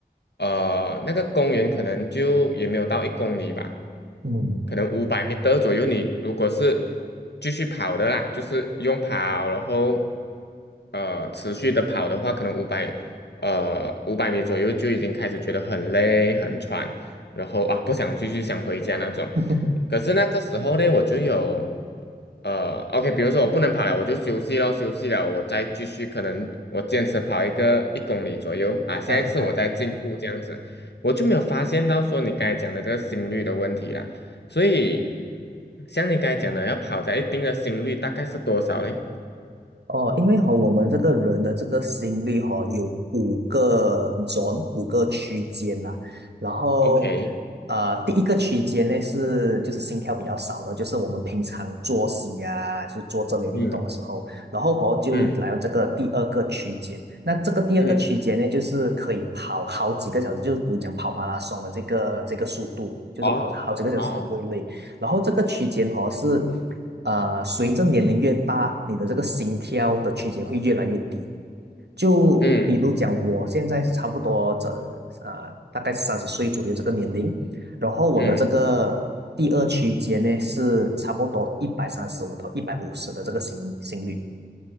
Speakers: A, on the left; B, on the right.
A: 呃那个公园可能就也没有到一公里吧，
B: 嗯。
A: 可能五百米的左右。你如果是继续跑的啦，就是用跑，然后呃持续的跑的话，可能五百呃五百米左右就已经开始觉得很累很喘，然后啊不想继续想回家那种。
B: <laughs>
A: 可是那个时候呢，我就有呃，OK，比如说我不能跑了，我就休息咯，休息了，我再继续，可能我坚持跑一个一公里左右啊，下一次我再进步这样子，
B: 啊啊。
A: 我就没有发现到说你刚才讲的这个心率的问题啦。所以像你刚才讲的，要跑在一定的心率，大概是多少嘞
B: 哦，因为和我们这个人的这个心率哈、有五个 zone，五个区间啦。然后，
A: ？OK，
B: 呃，第一个区间呢是就是心跳比较少的，就是我们平常作息啊，就是做这类运动的时候。
A: 嗯
B: 然后哦，就来到这个第二个区间。
A: 嗯
B: 那这个第二个区间呢，
A: 嗯，
B: 就是可以跑好几个小时，就是比如讲跑马拉松的这个这个速度，就是跑好几个小时都不会累。
A: 哦哦，
B: 然后这个区间哦是。呃，随着年龄越大，你的这个心跳的区间会越来越低。就比如讲，
A: 嗯
B: 我现在是差不多整呃，大概三十岁左右这个年龄，然后我的这个第二区间呢是差不多一百三十五到一百五十的这个心心率
A: 嗯